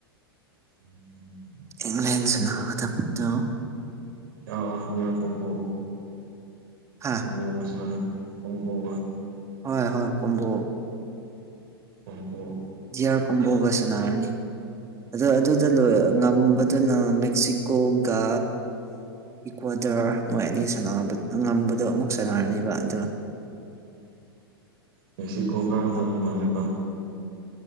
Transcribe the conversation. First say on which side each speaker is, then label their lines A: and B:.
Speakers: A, on the right; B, on the right.
A: ꯎꯝ
B: ꯏꯪ꯭ꯂꯦꯟꯁꯅꯅꯕ ꯇꯕꯨꯠꯇꯣ
A: ꯑ ꯑ ꯏꯔ ꯀꯣꯡ ꯀꯣ
B: ꯍꯥ
A: ꯀꯨꯝꯒꯣꯕ ꯁꯅꯔꯟ ꯀꯨꯝꯒꯣꯕ
B: ꯍꯣꯏ ꯍꯣꯏ ꯀꯝꯝꯕꯣ
A: ꯑꯣ
B: ꯖꯤꯌꯥꯔ ꯀꯣꯕꯣꯒ ꯁꯅꯔꯅꯤ ꯑꯗꯣ ꯑꯗꯨꯗ ꯂꯣꯏ ꯉ ꯑꯗꯨꯅ ꯃꯦꯛꯁꯤꯀꯣꯒꯒꯥ ꯏꯀ꯭ꯋꯥꯗꯔ ꯃꯣꯏ ꯑꯅꯤ ꯁ ꯉꯝꯕ ꯃꯗꯣ ꯑꯃꯨꯛ ꯁꯥꯟꯅꯔꯅꯦꯕ ꯑꯗꯨꯅ
A: ꯃꯦꯁꯤꯀꯣ ꯀꯔꯗꯧꯕ ꯃꯥꯂ ꯀꯣ